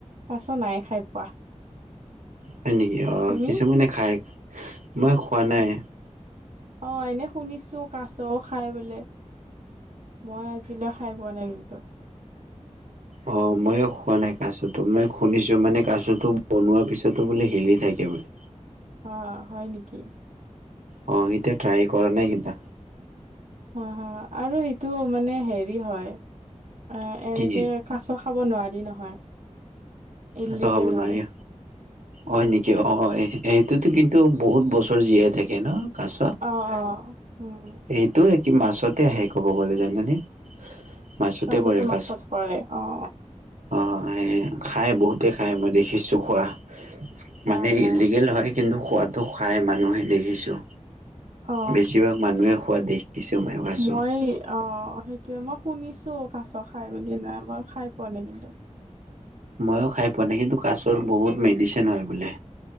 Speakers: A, on the right; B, on the right.
A: কাছ নাই খাই পোৱা।
B: হয় নেকি অ'
A: তুমি
B: কিছুমানে খায়, মই খোৱা
A: অ
B: নাই।
A: অ' এনেই শুনিছো কাছও খাই বোলে? মই আজিলৈ খাই পোৱা নাই কিন্তু।
B: অ' ময়ো খোৱা নাই কাছটো, মই শুনিছো মানে কাছটো বনোৱা পিছতো বোলে হিলি থাকে বোলে।
A: অ হয় নেকি
B: অ' এতিয়া ট্ৰাই কৰা নাই কিন্তু।
A: অ' হ আৰু সেইটো মানে হেৰি হয় অ' এনেকে
B: কি
A: কাছ খাব নোৱাৰি নহয়। ইলিগেল
B: কাছ খাব নোৱাৰি,
A: হয় উম
B: অ' নেকি অ'। অঁ সেইটোতো কিন্তু বহুত বছৰ জীয়াই থাকে ন কাছ?
A: অ', অ', উম।
B: সেইটো কি মাছতে আহে ক'ব গ'লে জানানে। মাছতে
A: কাছটো
B: পৰে কাছ।
A: মাছত পৰে অ'।
B: অ' সে খাই বহুতে খাই মই দেখিছো খোৱা।
A: হা
B: মানে
A: হা
B: ইলিগেল হয়। কিন্তু খোৱাতটো খাই মানুহে, দেখিছো
A: অ
B: বেছিভাগ মানুহে খোৱা দেখিছো। মই কাছ
A: মই অ' সেইটোয়ে মই শুনিছো কাছ খাই বুলি। নাই মই খাই পোৱা নাই কিন্তু।
B: ময়ো খাই পোৱা নাই কিন্তু, কাছৰ বহুত মেডিচিন হয় বোলে।